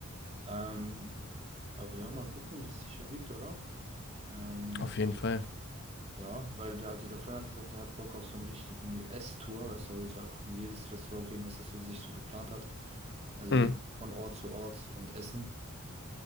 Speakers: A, on the right; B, on the left.
A: Ähm, aber ja, mal gucken, wie es sich ergibt, oder? Ähm,
B: Auf jeden Fall.
A: ja, weil der, also der Freund hat gesagt, er hat Bock auf so eine richtige Esstour, weißt du, er will so einfach in jedes Restaurant gehen, was er so sich so geplant hat. Also
B: Mhm.
A: wir gehen von Ort zu Ort und essen.